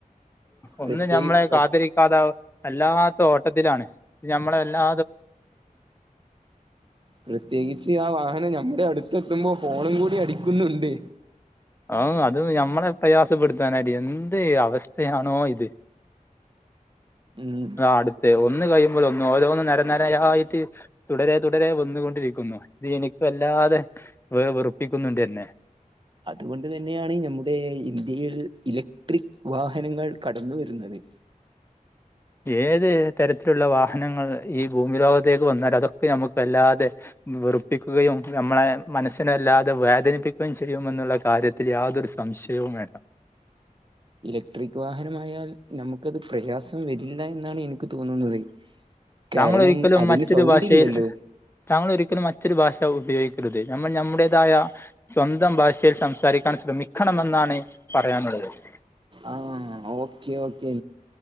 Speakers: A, on the left; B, on the right.
A: ഒന്നും
B: പ്രത്യേകി
A: ഞമ്മളെ
B: പ്ര
A: കാത്തിരിക്കാതെ അല്ലാ തോട്ടത്തിലാണ്. നമ്മളെ എല്ലാ
B: പ്രത്യേകിച്ച് ആ വാഹനം ഞമ്മുടെ അടുത്ത് എത്തുമ്പോ ഫോണും കൂടി അടിക്കുന്നുണ്ട്.
A: ആ അത് ഞമ്മളെ പ്രയാസപ്പെടുത്താനായിട്ട് എന്ത് അവസ്ഥയാണോ ഇത്.
B: ഉം
A: ആ അടുത്ത് ഒന്ന് കഴിയു മ്പതൊന്ന് ഓരോന്നും നെരനെര യായിട്ട് തുടരെ തുടരെ വന്നു കൊണ്ടിരിക്കുന്നു ഇത് എനിക്കല്ലാതെ വ വെറുപ്പിക്കുന്നുണ്ട് എന്നെ.
B: അതുകൊണ്ട് തന്നെയാണ് നമ്മുടെ ഇന്ത്യയിൽ ഇലക്ട്രിക് വാഹനങ്ങൾ കടന്ന് വരുന്നത്.
A: ഏത് തരത്തിലുള്ള വാഹനങ്ങൾ ഈ ഭൂമി ലോകത്തേക്ക് വന്നാൽ അതൊക്കെ നമുക്ക് വല്ലാതെ വെറുപ്പിക്കുകയും നമ്മളെ മനസ്സിനെല്ലാതെ വേദനിപ്പിക്കുകയും ചെയ്യുമന്നുള്ള കാര്യത്തിൽ യാതൊരു സംശയവും വേണ്ട.
B: ഇലക്ട്രിക് വാഹനമായാൽ നമുക്കത് പ്രയാസം വരില്ല എന്നാണ് എനി ക്ക് തോന്നുന്നത്. കാരണം
A: താങ്കൾ ഒരിക്കലും
B: അതിന്
A: മറ്റൊരു
B: സൗണ്ട്
A: ഭാഷയിൽ
B: ഇല്ലല്ലോ
A: താങ്കൾ ഒരിക്കലും മറ്റൊരു ഭാഷ ഉപയോഗി ക്കരുത്. നമ്മൾ നമ്മുടേതായ സ്വന്തം ഭാഷയിൽ സംസാരിക്കാൻ ശ്രമിക്കണംമെന്നാണ് പറയാനുള്ള ത്.
B: ആ ഓക്കെ ഓക്കെ